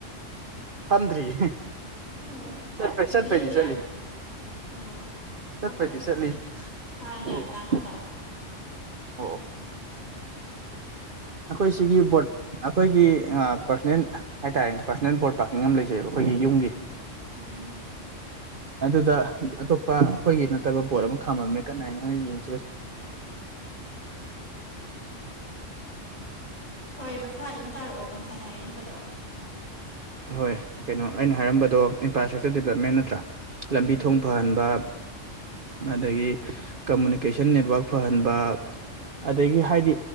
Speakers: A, on the right; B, on the left.
A: ꯐꯝꯗ꯭ꯔꯤꯌꯦ
B: ꯑꯣ
A: ꯆꯠꯄꯩ ꯆꯠꯄꯩꯗꯤ
B: ꯂꯦꯞꯄꯤꯔꯥ
A: ꯆꯠꯂꯤ
B: ꯑꯣ ꯈꯔ
A: ꯆꯠꯄꯩꯗꯤ
B: ꯐꯔꯛꯄ
A: ꯆꯠꯂꯤ
B: ꯍꯥꯟꯅ
A: ꯑꯣ
B: ꯌꯥꯝ ꯂꯥꯡꯉꯝꯕ
A: ꯑꯣ ꯑꯩꯈꯣꯏ ꯁꯤꯒꯤ ꯕꯣꯠ ꯑꯩꯈꯣꯏꯒꯤ ꯄꯔꯁꯣꯅꯦꯜ ꯍꯥꯏꯇꯥꯔꯦꯅꯦ ꯄꯔꯁꯣꯅꯦꯜ ꯕꯣꯠꯇꫭ ꯇꯪꯉꯝ ꯂꯩꯖꯩꯑꯕ ꯑꯩꯈꯣꯏꯒꯤ ꯌꯨꯝꯒꯤ
B: ꯎꯝ
A: ꯑꯗꯨꯗ ꯑꯇꯣꯞꯄ ꯑꯩꯈꯣꯏꯒꯤ ꯅꯠꯇꯕ ꯕꯣꯠ ꯑꯃ ꯈꯥꯝꯃꯝꯃꯦ ꯀꯅꯥꯏꯅꯦꯅ ꯌꯦꯡ
B: ꯑꫭ ꯍꯣꯏ ꯈꯥ ꯑꯗꯨꯝ ꯇꯥꯔꯛꯑꯣ ꯉꯁꯥꯏ ꯍꯥꯏꯔꯝꯕꯗꯣ
A: ꯍꯣꯏ ꯀꯩꯅꯣ ꯑꯩꯅ ꯍꯥꯏꯔꯝꯕꯗꯣ ꯏꯟꯐ꯭ꯔꯥꯁ꯭ꯇ꯭ꯔꯛꯆꯔ ꯗꯤꯕꯂꯞꯃꯦꯟ ꯅꯠꯇ꯭ꯔꯥ
B: ꯎꯝ
A: ꯂꯝꯕꯤ ꯊꯣꯡ ꯐꯍꯟꯕ ꯑꯗꯒꯤ ꯀꯝꯃꯨꯅꯤꯀꯦꯁꯟ ꯅꯦꯠꯋꯥꯛ ꯐꯍꯟꯕ ꯑꯗꯒꯤ ꯍꯥꯏꯗꯤ